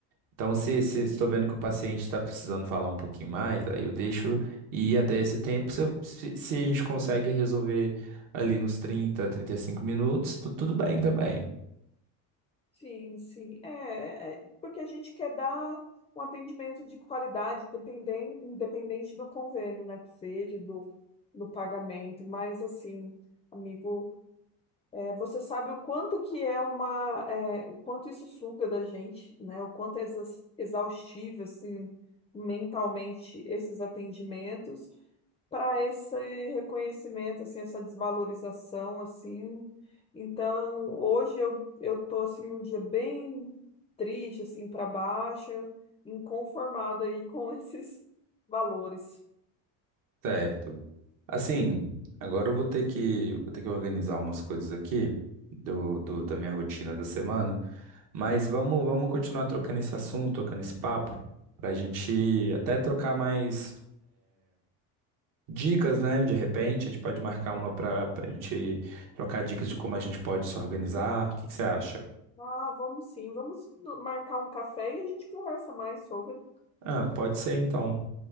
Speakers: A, on the right; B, on the left.
A: Então, se, se estou vendo que o paciente está precisando falar um pouquinho mais, aí eu deixo ir até esse tempo. Se, eu- se, se a gente consegue resolver ali nos trinta, trinta e cinco minutos, tu- tudo bem também.
B: Sim, sim. É, é, porque a gente quer dar um atendimento de qualidade, dependen- independente do convênio, né, que seja, do, do pagamento. Mas, assim, amigo, é, você sabe o quanto que é uma. é, o quanto isso suga da gente, né? O quanto é exa- exaustivo, assim, mentalmente, esses atendimentos. para esse reconhecimento, assim, essa desvalorização, assim. Então, hoje eu eu tô assim um dia bem triste, assim, para baixo, inconformada aí com <laughs> esses valores.
A: Certo. Assim, agora eu vou ter que, vou ter que organizar umas coisas aqui do, do- da minha rotina da semana, mas vamos, vamos continuar trocando esse assunto, trocando esse papo, para a gente até trocar mais. Dicas, né? De repente, a gente pode marcar uma para a gente trocar dicas de como a gente pode se organizar. O que que você acha?
B: Ah, vamos sim, vamos no- marcar um café e a gente conversa mais sobre.
A: Ah, pode ser então.